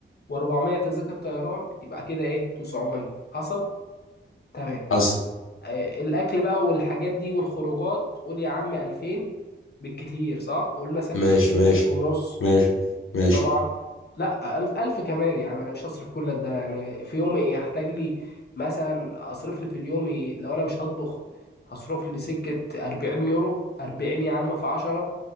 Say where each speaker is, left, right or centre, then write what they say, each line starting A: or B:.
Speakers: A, on the left (about 55°); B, on the left (about 85°).
A: و400 تذاكر طيران يبقى كده ايه 900 حصل تمام
B: حصل
A: آه الاكل بقى والحاجات دي والخروجات قول يا عم 2000 بالكتير صح قول مثلا
B: ماشي
A: 2000
B: ماشي
A: 1000 ونص
B: ماشي ماشي
A: طبعا لا ألف ألف كمان يا عم أنا مش هصرف كل ده يعني في يومي إيه هحتاج لي مثلا أصرف لي في اليومي لو أنا مش هطبخ هصرف لي سكة 40 يورو 40 يا عم في 10